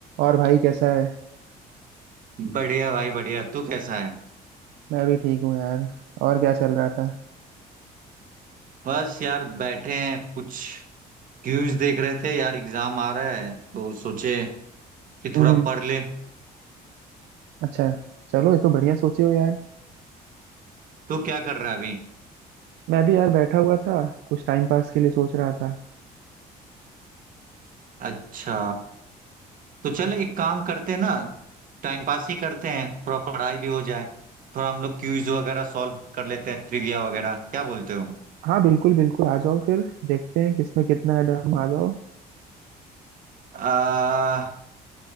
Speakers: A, on the right; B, on the right.
A: और भाई कैसा है
B: बढ़िया भाई बढ़िया तू कैसा है
A: मैं भी ठीक हूँ यार और क्या चल रहा था
B: बस यार बैठे हैं कुछ क्यूज देख रहे थे यार एग्जाम आ रहा है तो सोचे कि
A: हम्म
B: थोड़ा पढ़ ले
A: अच्छा चलो ये तो बढ़िया सोचे हो यार
B: तू क्या कर रहा है अभी
A: मैं भी यार बैठा हुआ था कुछ टाइम पास के लिए सोच रहा था
B: अच्छा तो चल एक काम करते हैं ना टाइम पास ही करते हैं थोड़ा पढ़ाई भी हो जाए थोड़ा हम लोग क्यूज वगैरह सॉल्व कर लेते हैं ट्रिविया वगैरह क्या बोलते हो
A: हाँ बिल्कुल बिल्कुल आ जाओ फिर देखते हैं किसमें कितना है दम आ जाओ
B: आ,